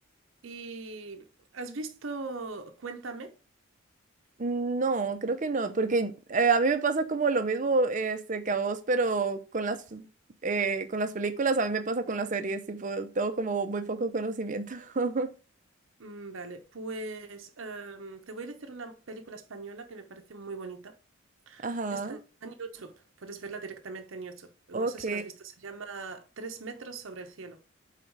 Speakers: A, on the right; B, on the right.
A: ¿Y has visto Cuéntame?
B: No, creo que no, porque eh, a mí me pasa como lo mismo este, que a vos, pero con las, eh, con las películas, a mí me pasa con
A: Ujú.
B: las series, tipo, tengo como muy poco conocimiento. <laughs>
A: Mm, Vale, pues em, te voy a decir una película española que me parece muy bonita.
B: Ajá,
A: Está en YouTube, puedes verla directamente en YouTube. No
B: ok.
A: sé si la has visto, se llama Tres metros sobre el cielo.